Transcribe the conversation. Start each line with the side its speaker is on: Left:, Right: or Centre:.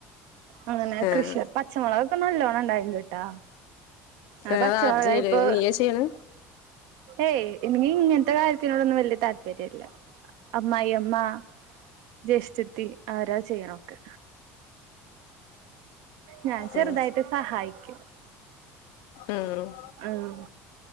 Right: അങ്ങനെ
Left: ആഹ്
Right: കൃഷിയ പച്ചമൊളകക്കെ നല്ലോണ്ണം ഇണ്ടായിട്ട് ണ്ട്ട്ടാ അഅ്
Left: അത്
Right: പച്ചമൊളക്
Left: ആര് ചെയ്യല്
Right: ഇപ്പോ
Left: നീയാ ചെയ്യണെ
Right: ഏയ് ഇന്നീ ഇങ്ങൻത്തെ കാര്യത്തിനോടാെന്നും വെല്യ താല്പര്യം ഇല്ല അമ്മായിഅമ്മ ജേഷ്ഠത്തി ആവരാ ചെയ്യ്ണ ഒക്കെ ഞാൻ ചെറുതായിട്ട്
Left: ഉം
Right: സഹായിക്കും
Left: ഉം
Right: ഉം